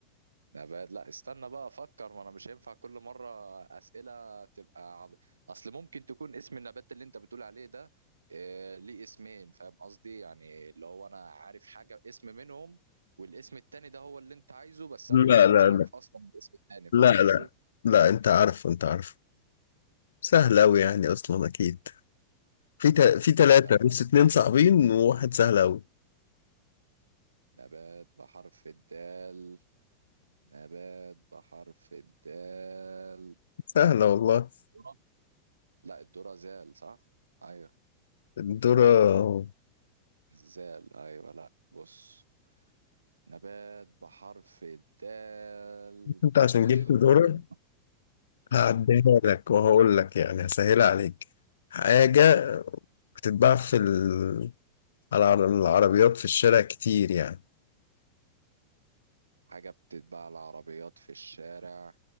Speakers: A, on the right; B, on the left.
A: نبات لا استنى بقى افكر ما انا مش هينفع كل مرة اسئلة تبقى عب... اصل ممكن تكون اسم النبات اللي انت بتقول عليه ده اه ليه اسمين فاهم قصدي يعني اللي هو انا عارف حاجة اسم منهم والاسم التاني ده هو اللي انت عايزه بس
B: لا
A: انا مش
B: لا
A: مش عارف
B: لا
A: اصلا الاسم التاني فاهم
B: لا
A: قصدي
B: لا لا انت عارف انت عارف سهل اوي يعني اصلا اكيد في ت... في تلاتة
A: استنى
B: بس اتنين صعبين وواحد سهل اوي
A: نبات بحرف الدال نبات بحرف الدال
B: سهلة والله
A: ذرة لا الذرة زال صح ايوه
B: الذرة
A: الزال ايوه لا بص نبات بحرف الدال
B: انت عشان جبت ذرة
A: حوار
B: هعديها لك وهقول لك يعني هسهلها عليك حاجة بتتباع في ال... على العر- العربيات في الشارع كتير يعني
A: حاجة بتتباع العربيات في الشارع